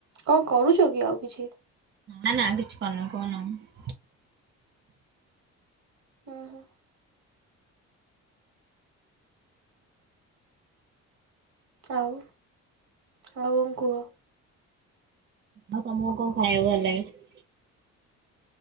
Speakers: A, on the right (about 70°); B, on the right (about 40°).
A: କଣ କରୁଚ କି ଆଉ କିଛି?
B: ନା-ନା ଆଉ କିଛି କରୁନି, କହୁନାହାନ୍ତି।
A: ହୁଁ। ଆଉ, ଆଉ କଣ କୁହ।
B: ଆଉ ତମୁକୁ କଣ ଖାଇବାକୁ ଭଲ ଲାଗେ?